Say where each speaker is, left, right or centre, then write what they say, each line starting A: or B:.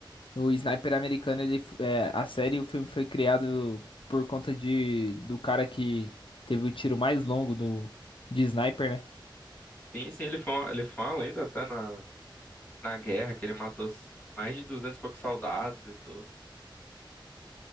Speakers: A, on the left; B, on the left.
A: O Sniper americano, ele, f- é, a série, o filme foi criado por conta de, do cara que teve o tiro mais longo do, de Sniper, né?
B: Sim, sim, ele fala, ele fala ainda até na, na guerra que ele matou s- mais de 200 e poucos soldados e tudo.